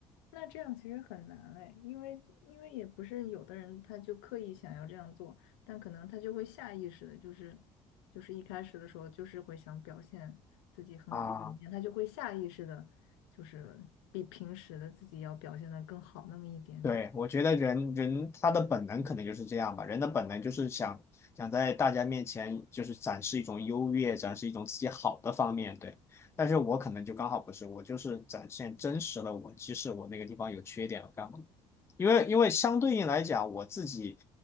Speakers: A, on the left; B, on the left.
A: 那这样其实很难哎，因为因为也不是有的人他就刻意想要这样做，但可能他就会下意识的，就是就是一开始的时候就是会想表现自己很好的一面，
B: 啊，
A: 他就会下意识的，就是比平时的自己要表现的更好那么一点点。
B: 对，我觉得人人他的本能可能就是这样吧，人的本能就是想想在大家面前就是展示一种优越，展示一种自己好的方面，对。但是我可能就刚好不是，我就是展现真实的我，即使我那个地方有缺点，我干嘛？因为因为相对应来讲，我自己